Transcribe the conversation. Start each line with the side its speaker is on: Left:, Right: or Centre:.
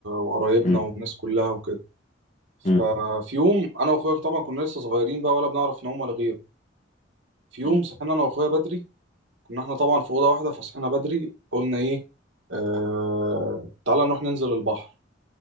Right: وقرايبنا
Left: مم.
Right: والناس كلها وكده
Left: مم.
Right: ففي يوم انا واخويا طبعا كنا لسه صغيرين بقى ولا بنعرف نعوم ولا غيره في يوم
Left: مم.
Right: صحينا انا واخويا بدري كنا احنا طبعا في اوضه واحده فصحينا بدري قلنا ايه آه... تعالى نروح ننزل البحر